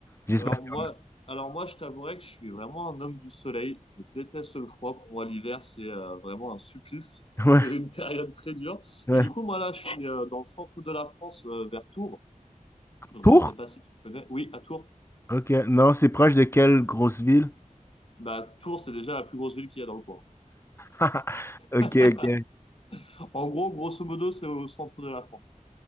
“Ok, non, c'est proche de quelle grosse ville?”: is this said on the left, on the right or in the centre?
Left